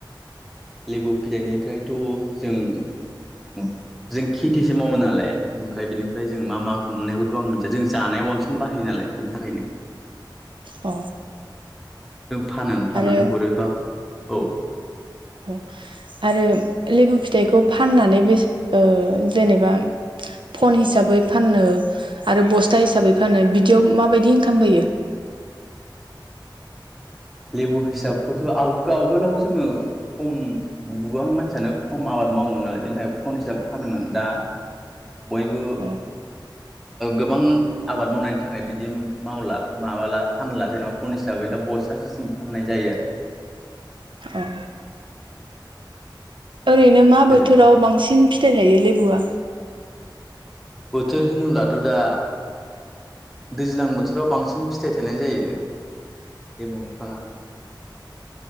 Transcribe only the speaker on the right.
अ।
आरो
औ आरो लेबु फिथाइखौ फाननानै बे ओ जेनेबा फन हिसाबै फाननो आरो बस्था हिसाबै फाननो बिदियाव माबादि इनकाम फैयो?
अ
अ ओरैनो मा बोथोराव
बांसिन फिथाइ थायो लेबुआ?